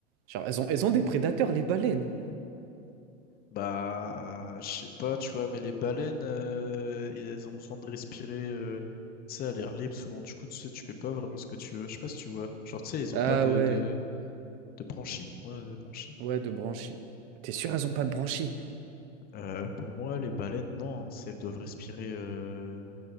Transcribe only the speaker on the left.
Bah, je sais pas, tu vois, mais les baleines, euh, elles ont besoin de respirer, euh, tu sais, à l'air libre souvent. Du coup, tu sais, tu fais pas vraiment ce que tu veux. Je sais pas si tu vois. Genre, tu sais, ils
ont pas de,
de, de branchies. Ouais, de branchies.
Euh, pour moi, les baleines, non, hein. C'est- Elles doivent respirer, euh,